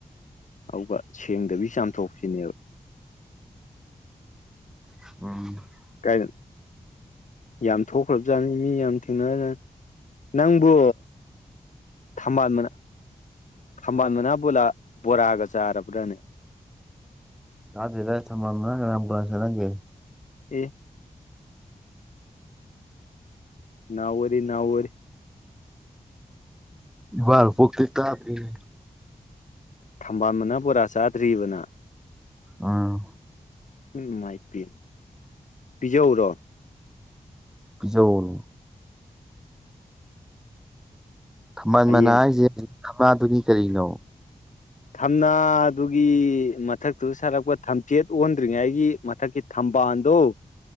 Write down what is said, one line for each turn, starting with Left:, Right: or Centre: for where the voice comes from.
Left: ꯑꯗꯨꯒ ꯁꯦꯡꯗꯕꯤ ꯆꯥꯝꯊꯣꯛꯄꯁꯤꯅꯦꯕ
Centre: ꯑꯣ꯫
Left: ꯀꯥꯏꯗ꯫ ꯌꯥꯝ ꯊꯣꯛꯈ꯭ꯔꯕꯖꯥꯠꯅꯤ ꯃꯤ ꯌꯥꯝ ꯊꯦꯡꯅꯔ ꯖꯠꯅꯤ ꯅꯪꯕꯨ ꯊꯝꯕꯥꯜ ꯃꯅꯥ ꯊꯝꯕꯥꯜ ꯃꯅꯥ ꯕꯣꯂ ꯕꯣꯔꯥꯒ ꯆꯥꯔꯕ꯭ꯔꯅꯦ꯫
Centre: ꯆꯗꯔꯤꯗ ꯊꯝꯕꯥꯜ ꯃꯥꯅ ꯕꯣꯔ ꯀꯅꯥꯟ ꯆꯥꯅꯒꯦ꯫
Left: ꯑꯦ꯫ ꯅꯥꯎ ꯑꯣꯏꯔꯤ ꯅꯥꯎ ꯑꯣꯏꯔꯤ꯫
Centre: ꯏꯃꯥꯅ ꯄꯣꯛꯇꯩ ꯇꯥꯗꯔꯤꯌꯦ꯫
Left: ꯊꯝꯕꯥꯜ ꯃꯅꯥ ꯕꯣꯔꯥ ꯆꯥꯗ꯭ꯔꯤꯌꯦꯕ ꯅꯪ꯫
Centre: ꯑꯥ꯫
Left: ꯎꯝ ꯃꯥꯏ ꯄꯦꯝ ꯄꯤꯖꯧꯔꯣ꯫
Centre: ꯄꯤꯖꯧꯑꯣ꯫ ꯊꯝꯕꯥꯜ
Left: ꯍꯌꯦꯡ
Centre: ꯃꯅꯥ ꯍꯥꯏꯁꯦ ꯊꯝꯅꯥꯗꯨꯅꯤ ꯀꯔꯤꯅꯣ꯫
Left: ꯊꯝꯅꯥꯗꯨꯒꯤ ꯃꯊꯛꯇꯨ ꯁꯥꯔꯛꯄ ꯊꯝꯆꯦꯠ ꯑꯣꯟꯗ꯭ꯔꯤꯉꯩꯒꯤ ꯃꯊꯛꯀꯤ ꯊꯝꯕꯥꯜꯗꯣ꯫